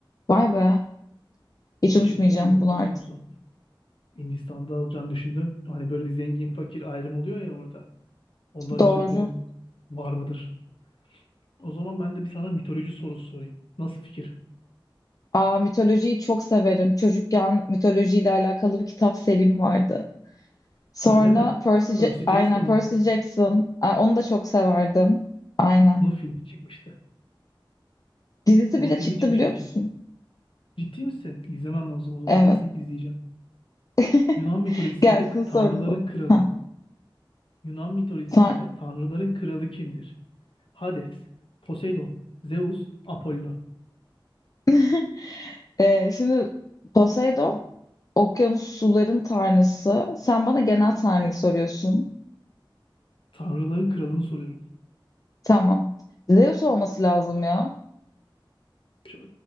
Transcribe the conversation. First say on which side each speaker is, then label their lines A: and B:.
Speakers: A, on the left (about 40°); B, on the left (about 80°).
A: vay be. Hiç
B: hiçbir
A: unutmayacağım
B: fikrim yoktu
A: bunu artık.
B: biliyor musun? Hindistan'da olacağını düşündüm. Hani böyle bir zengin fakir ayrım oluyor ya orada. Ondan
A: <laughs> Doğru.
B: ötürü dedim var mıdır? O zaman ben de bir sana mitoloji sorusu sorayım. Nasıl fikir?
A: Aa, mitolojiyi çok severim. Çocukken mitolojiyle alakalı bir kitap serim vardı. Sonra
B: Öyle mi?
A: Percy, Ja-
B: Percy Jackson
A: aynen
B: mı?
A: Percy Jackson. Aa, onu da çok severdim. Aynen.
B: Onun filmi çıkmıştı.
A: Dizisi
B: Onun
A: bile
B: filmi
A: çıktı
B: çıkmıştı
A: biliyor
B: ki.
A: musun?
B: Ciddi misin? İzlemem lazım o zaman.
A: Evet.
B: Kesinlikle izleyeceğim.
A: <laughs>
B: Yunan mitolojisinde
A: Gelsin
B: k-
A: sorun.
B: tanrıların kralı.
A: Ha,
B: Yunan mitolojisinde
A: sen-
B: tanrıların kralı kimdir? Hades, Poseidon, Zeus, Apollo.
A: <laughs> Ee, şimdi Poseidon okyanus suların tanrısı. Sen bana genel tanrıyı soruyorsun.
B: Tanrıların kralını soruyorum.
A: Tamam. Zeus olması lazım ya.
B: Çok,